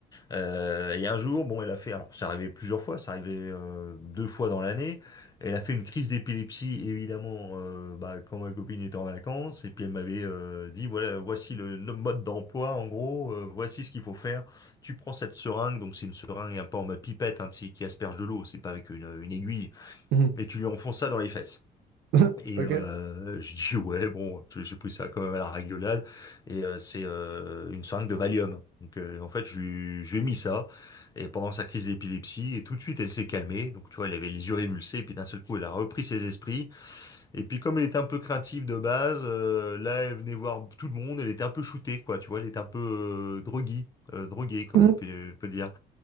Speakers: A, on the left (about 20°); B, on the right (about 80°).
A: euh, et un jour bon elle a fait, alors ça arrivait plusieurs fois, ça arrivait euh, deux fois dans l'année, elle a fait une crise d'épilepsie évidemment euh, bah, quand ma copine était en vacances, et puis elle m'avait euh, dit voilà voici le, le mode d'emploi en gros, euh, voici ce qu'il faut faire, tu prends cette seringue, donc c'est une seringue un peu en mode pipette hein, tu sais, qui asperge de l'eau, c'est pas avec une, une aiguille.
B: Mhm.
A: Et tu lui enfonces ça dans les fesses.
B: <laughs>
A: Et
B: OK.
A: euh, je dis <laughs> ouais bon j'ai pris ça quand même à la rigolade et euh, c'est euh, une seringue de Valium donc euh, en fait je lui, je lui ai mis ça et pendant sa crise d'épilepsie et tout de suite elle s'est calmée donc tu vois elle avait les yeux révulsés et puis d'un seul coup elle a repris ses esprits et puis comme elle était un peu craintive de base, euh, là elle venait voir tout le monde, elle était un peu shootée quoi, tu vois, elle était un peu euh, droguée, euh, droguée comme
B: <laughs>
A: on peut, peut dire.